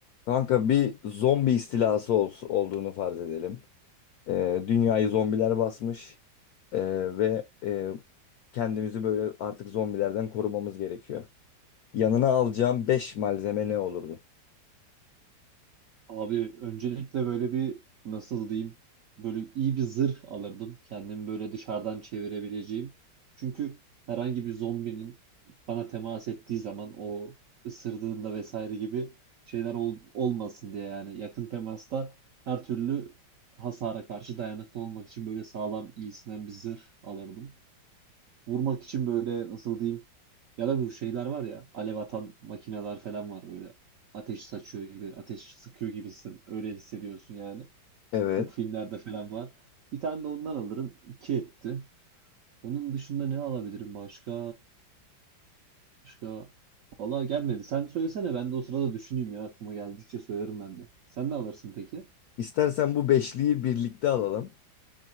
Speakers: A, on the left; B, on the right.
A: Kanka bir zombi istilası ols- olduğunu farz edelim. Ee, dünyayı zombiler basmış Ee, ve e, kendimizi böyle artık zombilerden korumamız gerekiyor. Yanına alacağım 5 malzeme ne olurdu?
B: Abi öncelikle böyle bir nasıl diyeyim böyle iyi bir zırh alırdım. Kendimi böyle dışarıdan çevirebileceğim. Çünkü herhangi bir zombinin bana temas ettiği zaman o ısırdığında vesaire gibi şeyler ol- olmasın diye yani yakın temasta her türlü hasara karşı dayanıklı olmak için böyle sağlam iyisinden bir zırh alırdım vurmak için böyle nasıl diyeyim ya da bu şeyler var ya alev atan makineler falan var böyle ateş saçıyor gibi ateş sıkıyor gibisin öyle hissediyorsun yani.
A: Evet.
B: Bu filmlerde falan var. Bir tane de ondan alırım. iki etti. Onun dışında ne alabilirim başka? Başka Vallahi gelmedi. Sen söylesene ben de o sırada düşüneyim ya aklıma geldikçe söylerim ben de. Sen ne alırsın peki?
A: İstersen bu beşliyi birlikte alalım.